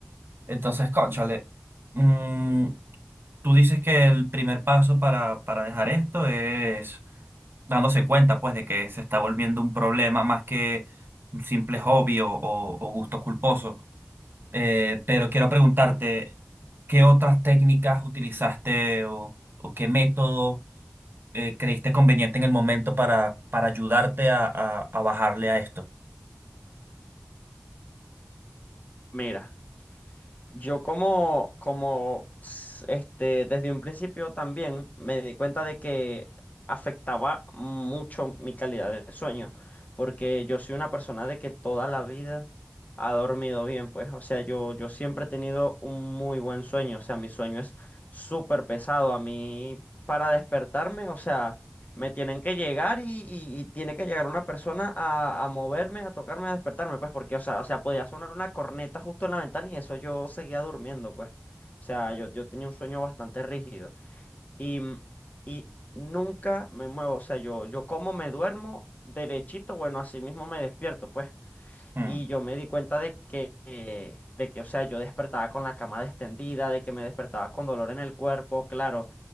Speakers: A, on the right; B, on the left.
A: Entonces, cónchale, mm, tú dices que el primer paso para, para dejar esto es dándose cuenta, pues, de que se está volviendo un problema más que un simple hobby o, o- o gusto culposo. Eh, pero quiero preguntarte, ¿qué otras técnicas utilizaste o, o qué método eh, creíste conveniente en el momento para, para ayudarte a, a- a bajarle a esto?
B: Mira. Yo como, como s- este, desde un principio también me di cuenta de que afectaba mucho mi calidad de sueño, porque yo soy una persona de que toda la vida ha dormido bien, pues, o sea, yo, yo siempre he tenido un muy buen sueño, o sea, mi sueño es súper pesado, a mí para despertarme, o sea... Me tienen que llegar y, y- y tiene que llegar una persona a, a moverme, a tocarme, a despertarme, pues, porque, o sea, o sea, podía sonar una corneta justo en la ventana y eso yo seguía durmiendo, pues. O sea, yo, yo tenía un sueño bastante rígido. Y, mm, y nunca me muevo, o sea, yo, yo como me duermo derechito, bueno, así mismo me despierto, pues.
A: Mm,
B: Y yo me di cuenta de que, eh, de que, o sea, yo despertaba con la cama destendida, de que me despertaba con dolor en el cuerpo, claro.